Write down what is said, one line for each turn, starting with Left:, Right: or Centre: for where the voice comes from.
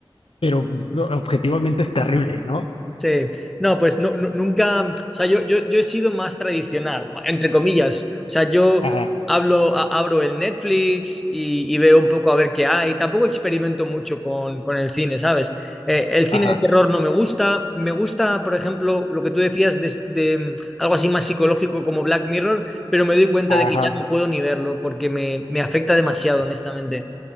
Left: pero pues, lo- objetivamente es terrible, ¿no?
Centre: Sí, no, pues no, nu- nunca, o sea, yo, yo, yo he sido más tradicional, ma- entre comillas, o sea, yo
Left: Ajá,
Centre: hablo, a- abro el Netflix y, y veo un poco a ver qué hay, tampoco experimento mucho con, con el cine, ¿sabes? Eh, el
Left: ajá,
Centre: cine de terror no me gusta, me gusta, por ejemplo, lo que tú decías de, de, mm, algo así más psicológico como Black Mirror, pero me doy cuenta
Left: ajá.
Centre: de que ya no puedo ni verlo porque me, me afecta demasiado, honestamente.